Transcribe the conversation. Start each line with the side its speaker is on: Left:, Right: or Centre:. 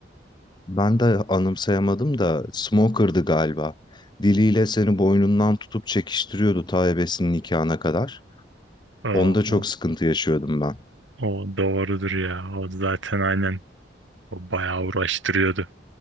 Left: ben de anımsayamadım da Smoker'dı galiba. Diliyle seni boynundan tutup çekiştiriyordu ta ebesinin nikahına kadar.
Right: Oh,
Left: Onda çok
Right: o
Left: sıkıntı yaşıyordum ben.
Right: o doğrudur ya. O zaten aynen. O bayağı uğraştırıyordu.